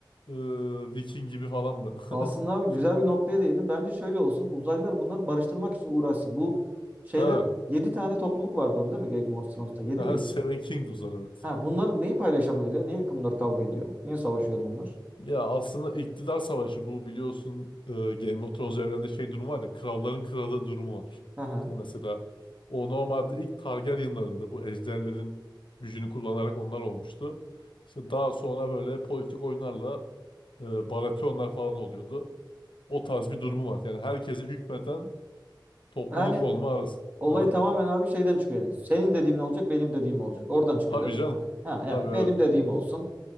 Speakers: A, on the left; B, on the right.
A: e, Viking gibi falan mı?
B: Aslında
A: <laughs>
B: abi güzel bir noktaya değindin. Bence şöyle olsun. Uzaylılar bunları barıştırmak için uğraşsın. Bu şeyler
A: Ha,
B: 7 tane topluluk vardı orada değil mi? Game of Thrones'ta 7
A: ha
B: miydi?
A: Seven Kingdoms'lar evet.
B: Ha bunların neyi paylaşamıyordu ya? Niye bunlar kavga ediyor? Niye savaşıyordu bunlar?
A: Ya aslında iktidar savaşı bu biliyorsun e, Game of Thrones evrende şey durumu var ya kralların kralı durumu var.
B: Hı hı.
A: İşte mesela o normalde ilk Targaryen'larında bu ejderlerin gücünü kullanarak onlar olmuştu. İşte daha sonra böyle politik oyunlarla e, Baratheonlar falan oluyordu. O tarz bir durumu var. Yani herkese hükmeten topluluk
B: Yani
A: olma arası.
B: Olay
A: Hı hı.
B: tamamen abi şeyden çıkıyor yani. Senin dediğin olacak, benim dediğim olacak. Oradan çıkıyor
A: Tabii
B: değil mi?
A: canım.
B: Yani- Ha, yani
A: Tabii evet.
B: benim dediğim olsun.